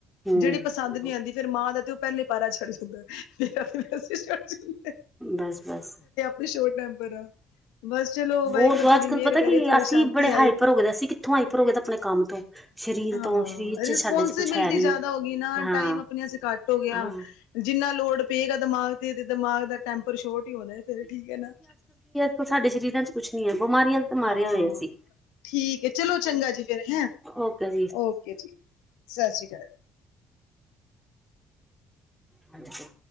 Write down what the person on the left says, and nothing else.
ਜੇੜੀ ਪਸੰਦ ਨੀ ਆਂਦੀ। ਫੇਰ ਮਾਂ ਦਾ ਤੇ ਓ ਪੈਲੇ ਪੈਰਾ ਛੱਡ ਜਾਂਦਾ ਏ, ਫੇਰ <unintelligible>
ਬਈ ਸ਼ੋਟ ਟੈਂਪਰ ਆਂ। ਬਸ ਚਲੋ ਵਾਹਿਗੁਰੂ
ਥੋੜੀ
ਮਿਹਰ
ਕਰੇ
ਥੋੜੀ
ਸ਼ਾਂਤੀ
ਆਏ।
ਹਾਂ,
ਰਿਸਪੋਂਸੀਬਿਲਟੀ
ਜਾਦਾ ਹੋ ਗਈ ਨਾ
ਟਾਈਮ ਆਪਨੇ ਵਾਸਤੇ ਘੱਟ ਹੋ ਗੇਆ।
ਜਿੰਨਾ ਲੋਡ ਪਏਗਾ ਦਮਾਗ ਤੇ-ਤੇ ਦਮਾਗ ਦਾ ਟੈਂਪਰ ਸ਼ੋਟ ਈ ਹੋਨਾ ਏ ਫੇਰ ਠੀਕ ਐ ਨਾ।
ਹਾਂ
ਠੀਕ ਐ ਚਲੋ ਚੰਗਾ ਜੀ, ਫਿਰ ਹੈਂ
ਓਕੇ ਜੀ ਸਸ ਰੀ ਕਾਲ।